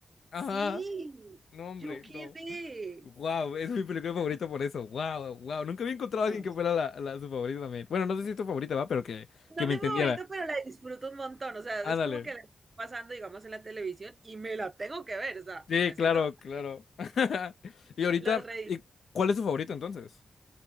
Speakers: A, on the right; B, on the left.
A: Sí,
B: Ajá. No, hombre,
A: yo quedé.
B: no. Wow, es mi película favorita por eso. Wow, wow. Nunca había encontrado
A: No,
B: a alguien que fuera la, la- su favorita también. Bueno, no sé si es tu favorita, va, pero que,
A: no
B: que
A: es
B: me
A: mi
B: entendiera.
A: favorita, pero la disfruto un montón. O sea,
B: Ándale.
A: es como que la estoy pasando, digamos, en la televisión y me la tengo que ver. O sea,
B: Sí,
A: se me
B: claro,
A: siento.
B: claro. <laughs> Y ahorita,
A: Las redes.
B: ¿y cuál es tu favorita entonces?